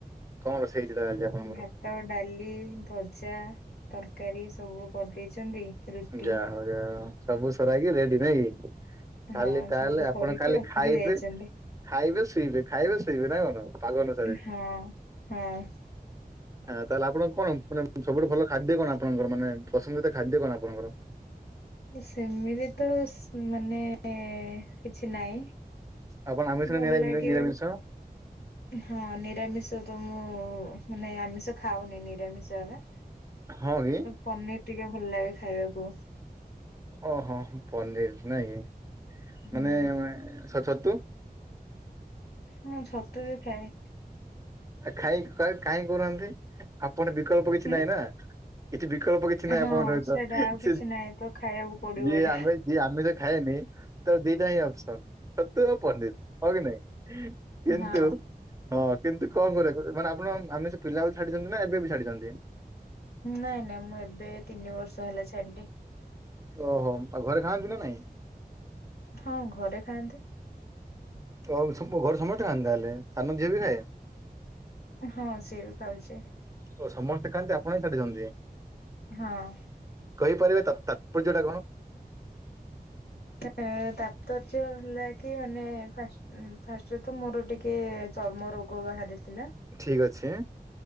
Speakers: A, on the right; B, on the left.
A: କଣ
B: ଭା
A: ରୋଷେଇ ହେଇଥିଲା ଆଜି ଆପଣଙ୍କର?
B: ଭାତ, ଡାଲି, ଭଜା, ତରକାରୀ ସବୁ କରିଦେଇଛନ୍ତି। ରୁଟି
A: ଯାହା ହଉ ଯାଉ ସବୁ ସରାହେଇକି ରେଡି ନାଇଁ କି। ଖାଲି
B: ହଁ
A: ତାହେଲେ
B: ସବୁ
A: ଆପଣ
B: କରିକି
A: ଖାଲି
B: ରଖିକି
A: ଖାଇବେ
B: ଯାଇଛନ୍ତି।
A: ଖାଇବେ ଶୋଇବେ ଖାଇବେ ଶୋଇବେ ନାଇ କଣ ପାଗ ଅନୁସାରେ।
B: ହଁ ହଁ
A: ଆ ତାହେଲେ ଆପଣ କଣ ମାନେ ସବଠୁ ଭଲ ଖାଦ୍ୟ କଣ ଆପଣଙ୍କର ମାନେ ପସନ୍ଦିତ ଖାଦ୍ୟ କଣ? କଣ କର
B: ସେମିତି ତ ମାନେ କିଛି ନାଇଁ
A: ଆପଣ ଆମିଷ
B: ଭଲ
A: ନା ନିରା
B: ଲାଗେ
A: ନିରାମିଷ
B: ହଁ ନିରାମିଷ ତ ମୁଁ ମାନେ ଆମିଷ ଖାଉନି ନିରାମିଷ ଏବେ।
A: ହଁ କି।
B: ପନିର ଟିକେ ଭଲ ଲାଗେ ଖାଇବାକୁ।
A: ଓହୋ ପନିର ନାଇଁ କି,
B: ହୁଁ।
A: ମାନେ ଛ ଛତୁ?
B: ହଁ ଛତୁ ବି ଖାଏ।
A: ଖାଇ କାଇଁ କହୁ ନାହାଁନ୍ତି, ଆପଣଙ୍କର ବିକଳ୍ପ କିଛି
B: ହୁଁ
A: ନାଇଁ ନା। କିଛି ବିକଳ୍ପ କିଛି ନାହିଁ
B: ହଁ
A: ଆପଣଙ୍କ ସହିତ
B: ସେଇଟା ଆଉ
A: ସେ
B: କିଛି ନାହିଁ ତ ଖାଇବାକୁ ପଡିବ
A: ଯିଏ
B: ଏଇଟା।
A: ଆମେ ଯିଏ ଆମିଷ ଖାଏନି ତ ଦିଟା ହିଁ ଅଫସର। ଛତୁ ଆଉ ପନିର ହଁ କି ନାଇଁ, କିନ୍ତୁ
B: ହଁ
A: ହଁ କିନ୍ତୁ କଣ କରିବା ମାନେ ଆପଣ ଆମିଷ ପିଲା ବେଳୁ ଛାଡିଛନ୍ତି ନା ଏବେ ଏବେ ଛାଡିଛନ୍ତି?
B: ନାଇଁ ନାଇଁ ମୁଁ ଏବେ ତିନି ବର୍ଷ ହେଲା ଛାଡିଲି।
A: ଓହୋ ଆଉ ଘରେ ଖାଆନ୍ତି ନା ନାଇଁ?
B: ହଁ ଘରେ ଖାଆନ୍ତି।
A: ଆଉ ଘରେ ସମସ୍ତେ ଖାଆନ୍ତି ତା ହେଲେ ସାନ ଝିଅ ବି ଖାଏ?
B: ହଁ ସିଏବି ଖାଉଛି।
A: ଓ ସମସ୍ତେ ଖାଆନ୍ତି ଆପଣ ହିଁ ଛାଡିଛନ୍ତି।
B: ହଁ।
A: କହିପାରିବେ ତ ତାତ୍ପର୍ଯ୍ୟ ଟା କଣ?
B: ଏ ତାପର୍ଯ୍ୟ ହେଲା କି ମାନେ ଫାଷ୍ଟ ଉ ଫାଷ୍ଟରେ ତ ମୋର ଟିକେ ଚର୍ମ ରୋଗ ବାହାରିଥିଲା।
A: ଠିକ ଅଛି।